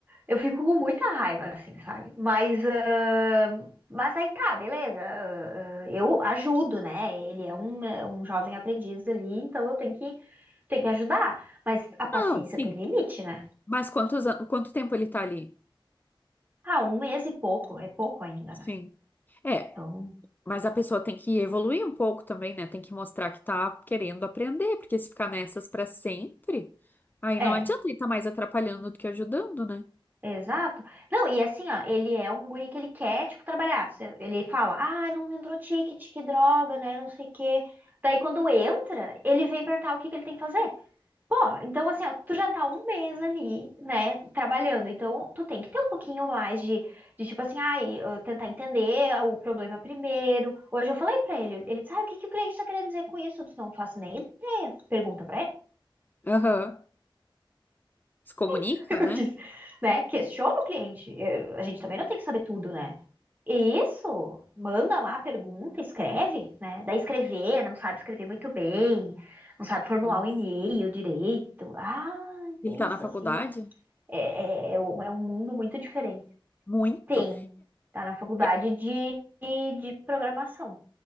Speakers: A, on the right; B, on the left.
A: eu fico com muita raiva, assim, sabe? Mas. ah, mas aí tá, beleza. ah, ah, eu ajudo, né? Ele é um, é um jovem aprendiz ali, então eu tenho que, tenho que ajudar. Mas a paciência
B: Não, sim.
A: tem limite, né?
B: Mas quantos, an- quanto tempo ele tá ali?
A: Ah, um mês e pouco, é pouco ainda,
B: Sim.
A: né?
B: É,
A: Então.
B: mas a pessoa tem que evoluir um pouco também, né? Tem que mostrar que tá querendo aprender, porque se ficar nessas pra sempre, aí
A: É,
B: não adianta ele tá mais atrapalhando do que ajudando, né?
A: Exato. Não, e assim, ó, ele é um guri que ele quer, tipo, trabalhar. Se- Ele fala, ah, não entrou ticket, que droga, né, não sei o quê. Daí, quando entra, ele vem perguntar o que que ele tem que fazer. Pô, então, assim, ó, tu já tá um mês ali, né, trabalhando. Então, tu tem que ter um pouquinho mais de, de tipo assim, ai, eu tentar entender o problema primeiro. Hoje eu falei pra ele, ele disse, ah, o que que o cliente tá querendo dizer com isso? Eu disse, não faço nem ideia. Pergunta pra
B: Aham. Se comunica,
A: <laughs> Eu
B: né?
A: disse, né? Questiona o cliente. Eu- a gente também não tem que saber tudo, né? E Isso, manda lá a pergunta, escreve, né? Daí escrever, não sabe escrever muito bem, não sabe formular
B: Isso.
A: um e-mail direito. Ai,
B: Ele
A: pensa
B: tá na faculdade?
A: assim. É, é, é um é um mundo muito diferente.
B: Muito.
A: Tem, tá na faculdade
B: é-
A: de, de de programação.